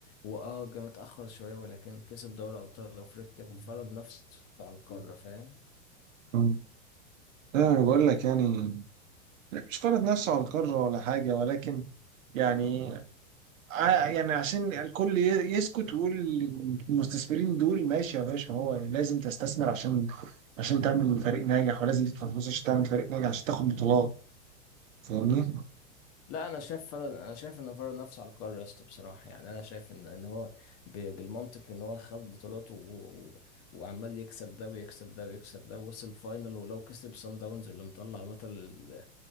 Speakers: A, on the left; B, on the right.
A: هو أه جه متأخر شوية ولكن كسب دوري أبطال أفريقيا ففرض نفسه على القارة فاهم
B: مم. انا بقول لك يعني لا، مش فرض نفسه على القاره ولا حاجه ولكن يعني ع- يعني عشان الكل ي- يسكت ويقول المستثمرين دول ماشي يا باشا هو لازم تستثمر عشان عشان تعمل فريق ناجح ولازم تدفع فلوس عشان تعمل فريق ناجح عشان تاخد بطولات فاهمني؟
A: لا انا شايف فرض انا شايف ان فرض نفسه على القرار يا اسطى بصراحه يعني انا شايف ان ان هو ب... بالمنطق ان هو خد بطولات و... و... وعمال يكسب ده ويكسب ده ويكسب ده ووصل فاينل ولو كسب سان داونز اللي مطلع بطل ال-